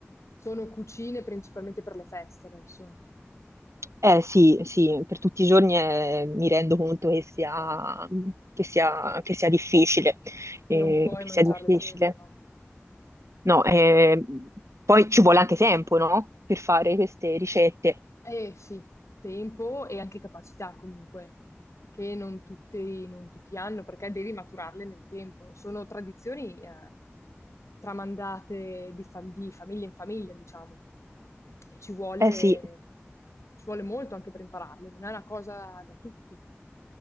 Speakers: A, on the left (about 85°); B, on the right (about 80°).
A: sono cucine principalmente per le feste adesso.
B: Eh sì, sì, per tutti i giorni eh, mi rendo conto che sia, che sia,
A: Mh.
B: che sia difficile, eh,
A: Non puoi
B: che
A: mangiarle
B: sia difficile.
A: sempre, no.
B: No, eh, poi ci vuole anche tempo, no? Per fare queste ricette.
A: Eh sì, tempo e anche capacità comunque, che non tutti, non tutti hanno, perché devi maturarle nel tempo. Sono tradizioni eh, tramandate di, fa- di famiglia in famiglia, diciamo, e ci vuole,
B: Eh sì,
A: ci vuole molto anche per impararle, non è una cosa da tutti.